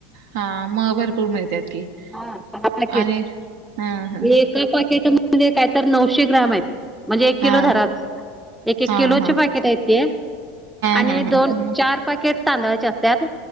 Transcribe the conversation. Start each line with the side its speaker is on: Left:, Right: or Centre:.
Right: हा मग भरपूर मिळतात की.
Centre: हा सहा पॅकेट
Right: आणि हा हा
Centre: एका पॅकेटमध्येण काय तर नऊशे ग्राम आहेत. म्हणजे एक
Right: हा
Centre: किलो धराच एक एक
Right: हा
Centre: किलोचे
Right: हा
Centre: पॅकेट आहेत. आणि
Right: हा हा हा
Centre: दोन
Right: मग
Centre: चार. पाकेट तांदळाचे असतात